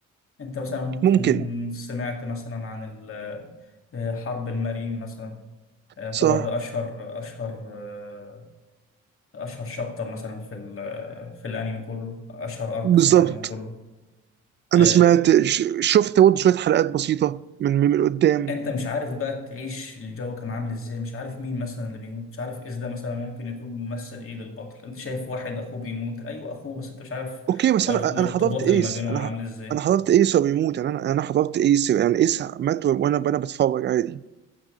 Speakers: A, on the left; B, on the right.
A: انت مثلا ممكن
B: ممكن
A: سمعت مثلا عن ال- آه، حرب المارين مثلا يعتبر
B: صح
A: ده اشهر اشهر آه، اشهر شابتر مثلا في ال- آه، في الانمي كله اشهر ارك
B: بالظبط
A: في الانمي كله
B: انا
A: آه،
B: سمعت ش- شفت برضه شويه حلقات بسيطه من من من قدام
A: انت مش عارف بقى تعيش الجو كان عامل ازاي مش عارف مين مثلا اللي بيموت مش عارف اذا ده مثلا ممكن يكون ممثل ايه للبطل انت شايف واحد اخوه بيموت ايوه اخوه بس انت مش عارف
B: اوكي بس
A: الار-
B: انا
A: الارتباط
B: انا حضرت ايس
A: اللي ما بينهم
B: انا
A: عامل
B: ح-
A: ازاي
B: انا حضرت ايس وهو بيموت يعني انا انا حضرت ايس يعني ايس مات وانا وانا بتفرج عادي